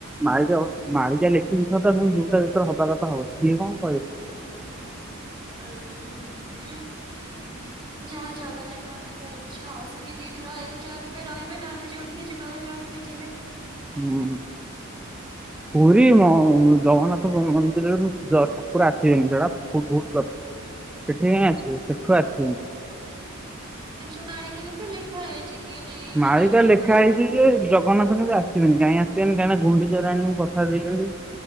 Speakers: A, in the centre; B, on the right.
A: ମାଳିିକା ମାଳିିକା ଲେଖିନୁ ସତ କଣ ଯୋଉଟା ଯେତବଳେ ହବା କଥା ହବ ସିଏ କଣ କହିବେ?
B: ଆଜ୍ଞା ଉଁ ହୁଁ। ଯାହା ଜଗନ୍ନାଥଙ୍କ ଇଚ୍ଛା ଆଉ ସେ ଯଦି ଏଇଠି ରହିବାକୁ ଚାହୁଁଥିବେ ରହିବେ ନହେଲେ ଯୋଉଠି କି ଯିବାକୁ ଚାହୁଁଥିବେ ଯିବେ।
A: ହୁଁ ପୁରୀ ମ ଜଗନ୍ନାଥ ମନ୍ଦିରରୁ ଜଷ୍ଟ ଠାକୁର ଆଠିବେନି ସେଟା ଭୁ ଭୁଲ କଥ ସେଠି କାଇଁକି ଆସିବେ ସେଠୁ ଆସିବେନି।
B: ଆଚ୍ଛା ମାଳିକାରେ ତ ଲେଖା ହେଇ ଚି କି ନାଇଁ
A: ମାଳିକା
B: ମାନେ ଜଗନ୍ନାଥ
A: ଲେଖା ହେଇଚି ଯେ ଜଗ ଜଗନ୍ନାଥ କିନ୍ତୁ ଆସିବେନି କାହିଁ ଆସିବେନି କାହିଁନା ଗୁଣ୍ଡିଚା ରାଣୀଙ୍କୁ କଥା ଦେଇଚନ୍ତି